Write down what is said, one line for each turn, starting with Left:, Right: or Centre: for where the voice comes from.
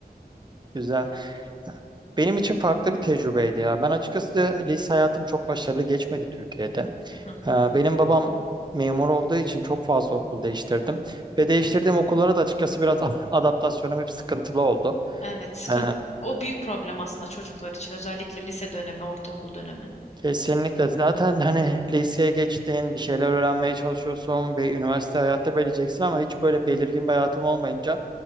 Right: <laughs> Güzel. Benim için farklı bir tecrübeydi ya. Ben açıkçası lise hayatım çok başarılı geçmedi Türkiye'de.
Left: <laughs> Hı hı.
Right: Ee, benim babam memur olduğu için çok fazla okul değiştirdim. Ve değiştirdiğim okullara da açıkçası biraz <laughs> adaptasyonum hep sıkıntılı oldu.
Left: Evet, sıkın.
Right: Ee,
Left: O büyük problem aslında çocuklar için. Özellikle lise dönemi, ortaokul dönemi.
Right: Kesinlikle. Zaten hani liseye geçtin, bir şeyler öğrenmeye çalışıyorsun, bir üniversite hayatı belirleyeceksin ama hiç böyle belirgin bir hayatım olmayınca